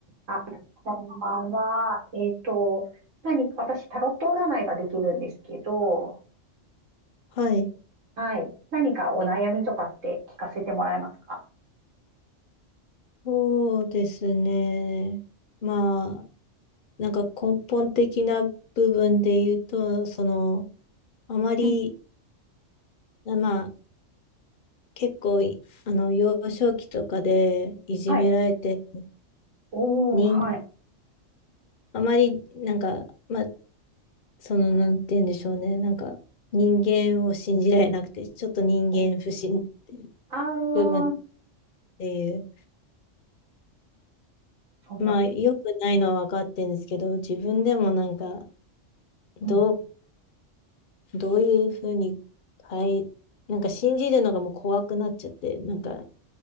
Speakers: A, on the right (about 80°); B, on the left (about 50°).
A: あ、こんばんは。えっと、何か、私、タロット占いができるんですけど、
B: はい。
A: はい。何かお悩みとかって聞かせてもらえますか
B: そうですね。まあ、なんか根本的な部分で言うと、その、あまり、
A: うん
B: あまあ、結構い、あの、幼少期とかでいじめられて、
A: はい。おー、
B: 人、
A: はい。
B: あまり、なんか、まあ、その、なんて言うんでしょうね。なんか、人間を信じられなくて、ちょっと人間不信っていう
A: おー、あ
B: 部分っ
A: ー、
B: ていう。
A: そんな、
B: まあ、良くないのは分かってるんですけど、自分でもなんか、
A: うん、
B: どう
A: うん。
B: どういうふうに、はい、なんか信じるのがもう怖くなっちゃって、なんか